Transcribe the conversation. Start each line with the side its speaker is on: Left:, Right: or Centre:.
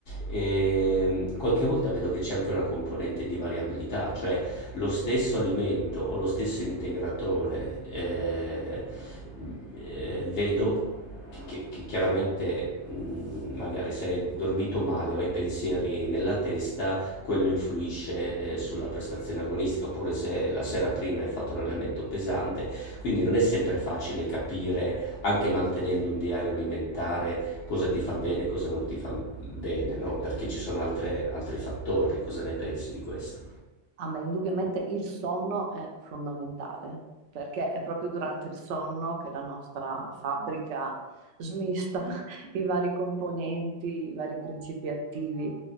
Left: E, mm, qualche volta vedo che c'è anche una componente di variabilità, cioè lo stesso alimento o lo stesso integratore, eh, eh, vedo che, che chiaramente mh, magari se hai dormito male o hai pensieri nella testa, quello influisce eh, sulla prestazione agonistica, oppure se la sera prima hai fatto un allenamento pesante, quindi non è sempre facile capire, anche mantenendo un diario alimentare, cosa ti fa bene e cosa non ti fa bene, no? Perché ci sono altre- altri fattori, cosa ne pensi di questo?
Right: Ah, beh, indubbiamente il sonno è fondamentale, perché è proprio durante il sonno che la nostra fabbrica smista <laughs> i vari componenti, i vari principi attivi,